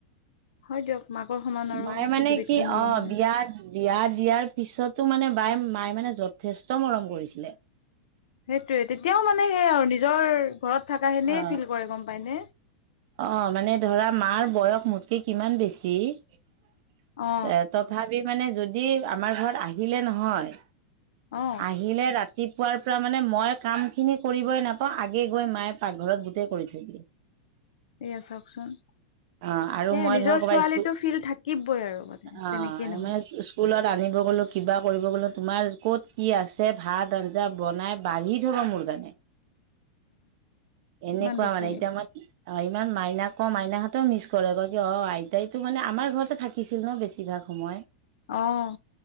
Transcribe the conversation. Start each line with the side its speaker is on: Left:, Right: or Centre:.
Left: হয় দিয়ক, মাকৰ সমান আৰু
Right: মায়ে
Left: পৃথিৱীত
Right: মানে কি
Left: কোনো
Right: অ'
Left: নহয়
Right: বিয়া। বিয়া দিয়াৰ পিছতো মানে বায়ে, মায়ে মানে যথেষ্ট মৰম কৰিছিলে।
Left: সেইটোৱে তেতিয়াও মানে সেই আৰু নিজৰ ঘৰত থকা সেনে
Right: অ
Left: ফিল কৰে গ'ম পায়নে?
Right: অ' মানে ধৰা মাৰ বয়স মোতকে কিমান বেছি। এ
Left: অ
Right: তথাপি মানে যদি আমাৰ ঘৰত আহিলে নহয়।
Left: অ'।
Right: আহিলে ৰাতিপুৱাৰ পৰা মানে মই কামখিনি কৰিবই নাপাওঁ, আগে গৈ মায়ে পাকঘৰত গোটেই কৰি থৈ দিয়ে।
Left: এইয়া চওঁকচোন।
Right: অ আৰু
Left: সেয়াই
Right: মই
Left: নিজৰ
Right: ধৰ ক'বাত
Left: ছোৱালীটো
Right: স্কুল
Left: ফিল থাকিবই আৰু মানে
Right: অ
Left: যেনেকেই নহওঁক।
Right: মানে স্কুলত আনিব গ'লো, কিবা কৰিব গ'লো, তোমাৰ ক'ত কি আছে ভাত আঞ্জা বনাই। বাঢ়ি থ'ব মোৰ কাৰণে।
Left: <inaudible>
Right: এনেকোৱা
Left: ইমান দুখ
Right: মানে,
Left: লাগে
Right: এতিয়া মই কি। অ' ইমান মাইনা ক, মাইনাহঁতেও মিছ কৰে, কয় কি অ' আইতাইতো মানে আমাৰ ঘৰতে থাকিছিল ন' বেছিভাগ। সময়।
Left: অঁ।